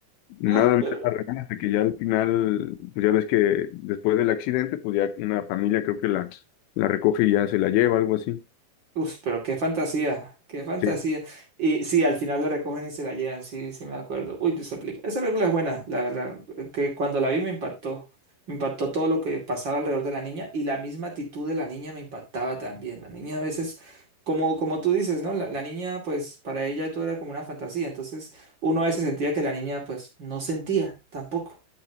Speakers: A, on the left (about 85°); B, on the right (about 35°).
A: nada
B: Uf, pero,
A: más real, hasta que ya al final, pues ya ves que después del accidente, pues ya una familia creo que la, la recoge y ya se la lleva, algo así.
B: uf, pero qué fantasía, qué fantasía.
A: Sí.
B: Y sí, al final la recogen y se la llevan, sí, sí me acuerdo. Uy, esa película, esa película es buena, la verdad, que cuando la vi me impactó. Me impactó todo lo que pasaba alrededor de la niña y la misma actitud de la niña me impactaba también. La niña a veces, como, como tú dices, ¿no? La, la niña, pues para ella todo era como una fantasía. Entonces uno a veces sentía que la niña, pues no sentía tampoco.